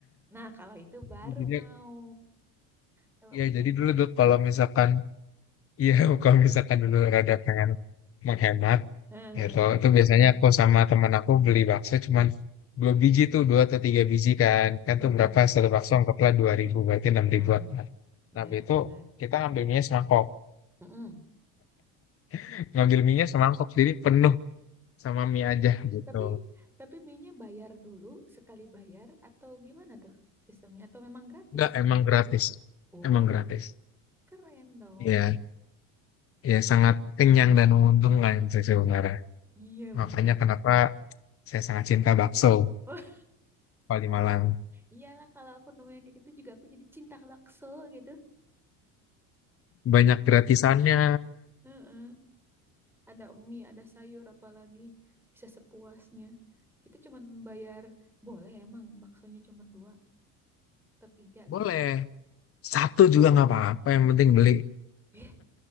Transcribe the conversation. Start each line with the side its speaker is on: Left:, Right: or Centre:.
Centre: Nah, kalau itu baru
Left: Jadi
Centre: mau. Kalau
Left: ya
Centre: mie
Left: jadi
Centre: gratis.
Left: dulu tuh kalau misalkan iya <laughs> kalau misalkan dulu rada pengen menghemat
Centre: Heeh,
Left: ya itu itu biasanya
Centre: heeh,
Left: aku sama teman aku beli bakso cuman dua biji tuh dua atau tiga biji kan kan
Centre: heeh,
Left: tuh berapa satu bakso anggaplah dua ribu berarti enam
Centre: heeh.
Left: ribuan kan
Centre: Ya,
Left: nah habis itu
Centre: benar.
Left: kita ngambil mie semangkok
Centre: Heeh.
Left: <laughs> ngambil mie semangkok jadi penuh sama mie aja gitu
Centre: Tapi tapi mie-nya bayar dulu sekali bayar atau gimana tuh sistemnya? Atau memang gratis?
Left: Enggak, emang gratis.
Centre: Oh,
Left: Emang gratis.
Centre: keren dong.
Left: Ya, ya sangat kenyang dan menguntungkan sih sebenarnya.
Centre: Iya
Left: Makanya
Centre: bener.
Left: kenapa saya sangat cinta bakso
Centre: <laughs> Wah,
Left: Paling Malang.
Centre: iyalah kalau aku nemu yang kayak gitu juga aku jadi cinta bakso gitu.
Left: Banyak gratisannya.
Centre: Heeh. Ada mie, ada sayur, apalagi bisa sepuasnya. Kita cuman bayar, boleh emang baksonya cuman dua atau tiga
Left: Boleh.
Centre: gitu.
Left: Satu juga nggak apa-apa, yang penting beli.
Centre: Eh,